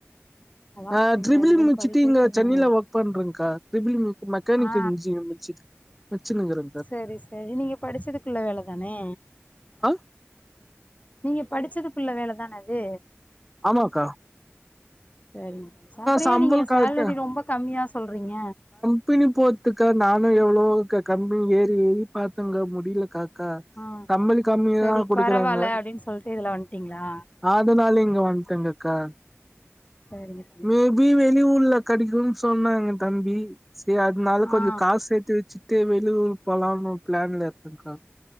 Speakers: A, on the left (about 30°); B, in the centre.
A: அதா
B: ஆ
A: பிள்ளைங்கள
B: ட்ரிபிலி
A: எங்கயாவது
B: முச்சுட்டு
A: படிக்க
B: இங்க
A: வச்சிரணு
B: சென்னையில ஒர்க் பண்றேங்கா ட்ரிபிலி மெக்கானிக்கல்
A: ஆ
B: இன்ஜினியரிங் முச்சு பட்சினுங்கிறே
A: சரி சரி நீங்க படிச்சதுக்குள்ள வேல தா தானே
B: ஆ
A: நீங்க படிச்சதுக்குள்ள வேலதான அது
B: ஆமாங்கா
A: சேரிங்க அப்பற
B: சம்பளம்
A: ஏ நீங்க சேலரி
B: கரெக்டா
A: ரொம்ப கம்மியா சொல்றிங்க
B: கம்பனி போத்துக்கா நானு எவ்ளோ கம்பனி ஏறி ஏறி பாத்தேங்கா முடியலகா கா
A: ஆ
B: சம்பளோ கம்மியாதா
A: சரி
B: குடுக்குறாங்க
A: பரவால்ல அப்டின்னு சொல்ட்டு இதுல வந்ட்டீங்களா
B: அதுனால இங்க வந்துட்டேங்கக்கா
A: சேரிங்க
B: மேபி வெளியூர்ல கெடைக்குனு சொன்னாங்க தம்பி சேரி அத்னால
A: ஆ
B: கொஞ்சோ காசு சேத்து வச்சுட்டு வெளியூர் போலாம்னு பிளான்ல இருக்கேன்கா